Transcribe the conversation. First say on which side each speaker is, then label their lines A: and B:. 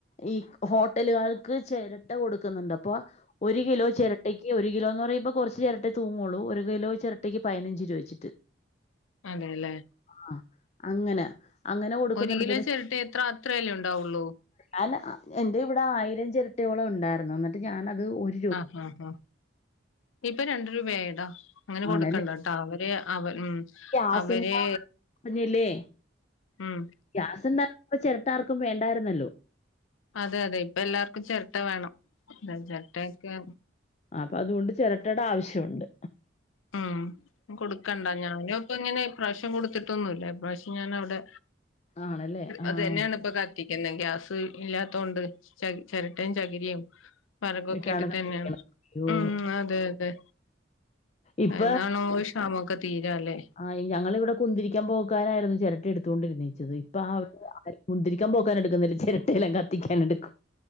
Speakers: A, on the left; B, on the left.
A: ഈ ഹോട്ടലുകൾക്ക് ചേരട്ട കൊടുക്കുന്നുണ്ട് അപ്പൊ ഒരു കിലോ ചിരട്ടയ്ക്ക് ഈ ഒരു കിലോ എന്ന് പറയുമ്പോ കുറച്ച് ചിരട്ടെ തൂങ്ങുള്ളൂ ഒരു കിലോ ചിരട്ടിക്ക് പതിനഞ്ച് രൂപ വച്ചിട്ട്
B: അതെല്ലേ
A: ആ അങ്ങനെ അങ്ങനെ കൊടുക്കുന്നുണ്ട്
B: ഒരിക്കിലോ ചേരട്ടേ എത്ര അത്രയല്ലേ ഉണ്ടാവുള്ളൂ
A: ആ ഞാൻ എന്റെ ഇവിടെ ആയിരം ചിരട്ടയോളം ഉണ്ടായിരുന്നു എന്നിട്ട് ഞാനത് ഉരി
B: ആഹ് ആഹ് ആഹ് ഇപ്പോ രണ്ട് രൂപയായിട്ടോ അങ്ങനെ കൊടുക്കണ്ടട്ടോ
A: ആണല്ലേ
B: അവര് അവ മ്മ്
A: ഗ്യാസിന്റെ
B: അവര്
A: പറഞ്ഞില്ലേ
B: മ്മ്
A: ഗ്യാസ് ഉണ്ടായിരുന്നപ്പ ചിരട്ടാർക്കും വേണ്ടായിരുന്നല്ലോ
B: അതെ അതെ ഇപ്പ എല്ലാവർക്കും ചിരട്ട വേണം അ ചിരട്ടയൊക്കെ
A: ആഹ് അപ്പൊ അതുകൊണ്ട് ചിരട്ടയുടെ ആവശ്യണ്ട്
B: ഉം കൊടുക്കണ്ടാ ഞാനു ഇപ്പൊ ഇങ്ങനെ പ്രാവശ്യം കൊടുത്തിട്ടൊന്നുമല്ലേ പ്രാവശ്യം ഞാൻ അവിടെ
A: ആണല്ലേ ആഹ്
B: അത് തന്നെയാണ് ഇപ്പ കത്തി പിന്നെ ഗ്യാസ് ഇല്ലാത്തോണ്ട് ച ചിരട്ടയും, ചകിരിയും വിറകൊക്കെ
A: ഇട്ടാണ്
B: ഇട്ടിട്ട്
A: കത്തിക്കണത്.
B: തന്നെയാണ്
A: അയ്യോ!
B: ഉം അതെ അതെ
A: ഇപ്പ
B: എന്നാണാവോ ഈ ക്ഷാമൊക്കെ തീരാ അല്ലേ
A: ആഹ് ഞങ്ങൾ ഇവടെ കുന്തിരിക്കാൻ പോക്കാനായിരുന്നു ചിരട്ട എടുത്തോണ്ടിരുന്നച്ചത് ഇപ്പ ആഹ് കുന്തിരി ക്കൻ പോക്കാന എടുക്കുന്നില്ല ചിരട്ടെല്ലാം കത്തിക്കാന എടുക്കും